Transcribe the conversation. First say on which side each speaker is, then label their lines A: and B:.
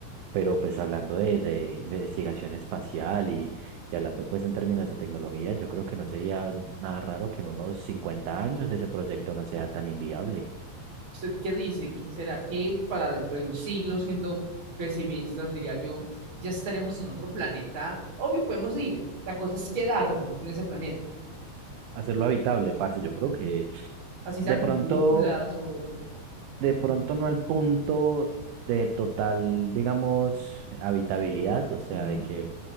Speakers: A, on the right; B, on the right.
A: pero pues hablando de, de investigación espacial y, y hablando pues en términos de tecnología, yo creo que no sería nada raro que en unos 50 años ese proyecto no sea tan inviable.
B: ¿Usted qué dice? ¿Que será que para dentro de un siglo, siendo pesimistas, diría yo, ya estaremos en otro planeta? Obvio, podemos ir. La cosa es quedarnos en ese planeta.
A: Hacerlo habitable, parce, yo creo que
B: Así
A: de
B: sea
A: pronto,
B: con cúpulas o...
A: de pronto no al punto de total, digamos, habitabilidad, o sea,
B: Ujú.
A: de que